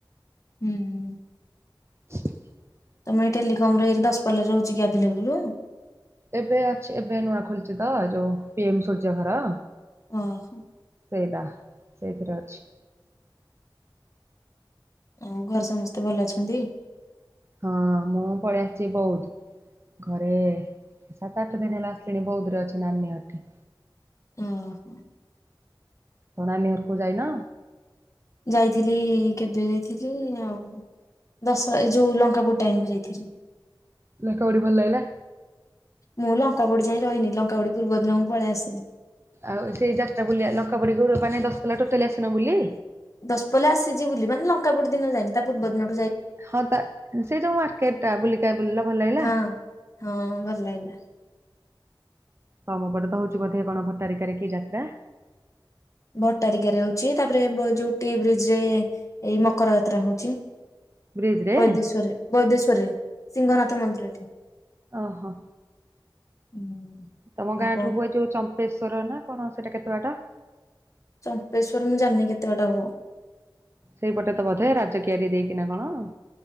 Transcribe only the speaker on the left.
ହୁଁ ହୁଁ ହୁଁ।
ତମ ଏଇ ଟେଲିକମରେ ଏଇ ଦଶପଲ୍ଲାରେ ରହୁଚି କି ଆଭେଲେବୁଲୁ?
ଓହୋ।
ଆଉ ଘରେ ସମସ୍ତେ ଭଲ ଅଛନ୍ତି?
ଓହୋ।
ଯାଇଥିଲି କେବେ ଯାଇଥିଲି ଆଉ ଦଶ ଏ ଯୋଉ ଲଙ୍କାପୋଡି ଟାଇମରେ ଯାଇଥିଲି।
ମୁଁ ଲଙ୍କାପୋଡି ଯାଏ ରହନି। ଲଙ୍କାୁପୋଡି ପୂର୍ବ ଦିନ ମୁଁ ପଳେଇ ଆସିଲି।
ଦଶପଲ୍ଲା ଆସିଚି ବୁଲି ମାନେ ଲଙ୍କାୁପୋଡି ଦିନ ଯାଇନି ତା ପୂର୍ବ ଦିନ
ହଁ। ହଁ ଭଲ ଲାଗିଲା।
ଭଟଟାରିକାରେ ଅଛି ତାପରେ ବୋ ଯୋଉଠି ବ୍ରିଜରେ ଏଇ ମକର ଯାତ୍ରା ହୋଉଚି।
ବୈଦେଶ୍ଵରରେ ବୈଦେଶ୍ଵରରେ ସିଂଘନାଥ ମନ୍ଦିର ଏଠି
ହୁଁ।
ଆଉ
କଣ
ଚମ୍ପେଶ୍ୱର ମୁଁ ଜାଣିନି କେତେ ବାଟା ହବ।